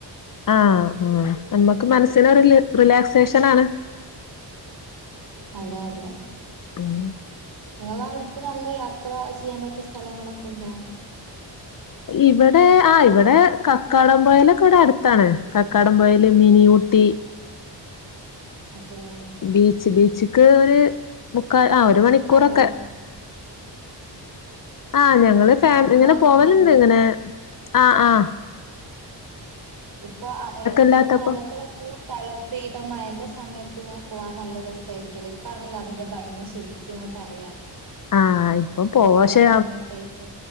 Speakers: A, on the left; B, on the right.
A: ആഹ് ആഹ് നമ്മക്ക് മനസ്സിനൊരു റിലാക്സേഷനാണ്.
B: അതെ അതെ
A: ഉം
B: നിങ്ങളെ അവിടുത്ത് നല്ല യാത്ര ചെയ്യാൻ പറ്റിയ സ്ഥലങ്ങളൊക്കെണ്ടോ
A: ഇവടെ ആഹ് ഇവിടെ കക്കാടം പോയലൊക്കെ ഇവടെ അടുത്താണ് കക്കാടം പോയൽ ലെ മിനി ഊട്ടി
B: അതെ അതെയോ
A: ബീച്ച് ബീച്ചക്ക് ഒരു മുക്കാ ആ ഒരു മണിക്കൂറൊക്കെ
B: ഉണ്ടോ
A: ആഹ് ഞങ്ങള് ഫാ
B: നിങ്ങൾ
A: ഇങ്ങനെ
B: പോവാറുണ്ടോ
A: പോവലുണ്ട് ഇങ്ങനെ ആഹ് ആഹ്
B: ഇപ്പൊ എങ്ങൻത്തെ
A: ഇല്ലാത്തപ്പോ
B: ഈ മലകളൊക്കെള്ള സ്ഥ സ്ഥലത്ത് ഇപ്പ മഴന്റെ സമയത്ത്ങ്ങനെ പോകാൻ നല്ല രസായിരിക്കല്ലോ ഇപ്പാണല്ലോ അതിന്റെ ഭംഗി ശെരി ക്കിങ്ങോട്ട് അറിയാം
A: ആഹ് ഇപ്പൊ പോശേ
B: കോട മഞ്ഞൊക്കെ ആയിട്ട്